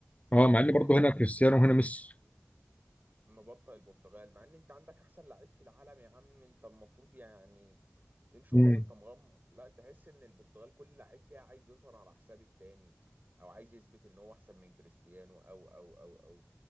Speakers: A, on the right; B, on the left.
A: فهو
B: اه مع
A: ده
B: ان
A: اللي
B: برضو
A: يعني
B: هنا كريستيانو وهنا ميسي
A: مبطئ البرتغال مع ان انت عندك احسن لعيب في العالم يا عم انت المفروض يعني تمشي
B: امم
A: وراه وانت مغمض لا تحس ان البرتغال كل لعيب فيها عايز يظهر على حساب التاني او عايز يثبت ان هو احسن من كريستيانو او او او او